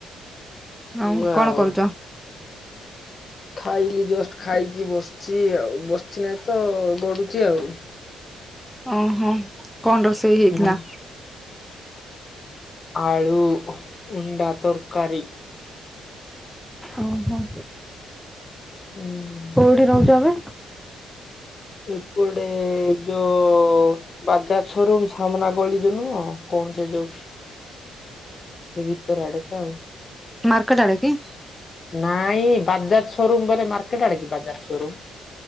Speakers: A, in the centre; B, on the left (about 40°).
A: ଆଉଁ
B: ୱାଓ
A: କଣ କରୁଚ?
B: ଖାଇଲି ଜଷ୍ଟ ଖାଇକି ବସିଛି ଆଉ ବସିଛି ନାହିଁ ତ ଗଡୁଚି ଆଉ।
A: ଅଁ ହ କଣ ରୋଷେଇ ହେଇଥିଲା?
B: ହୁଁ ଆଳୁ ଉଣ୍ଡା ତରକାରୀ।
A: ଓ ହୋ।
B: ହୁଁ
A: କିଏ ରହୁଚ ଏବେ?
B: ଏ ପଟେ ଯୋଉ ବାଜାଜ ସୋରୁମ ସାମ୍ନା ଗଳି ଯୋଉ ନୁହଁ କଣ ସେ ଯୋଉ ସେଇ ଭିତର ଆଡେ ତ ଆଉ।
A: ମାର୍କେଟ ଆଡେ କି?
B: ନାଇଁ ବାଜାଜ ସୋରୁମ ଗଲେ ମାର୍କେଟ ଆଡେ କି ବାଜାଜ ସୋରୁମ୍?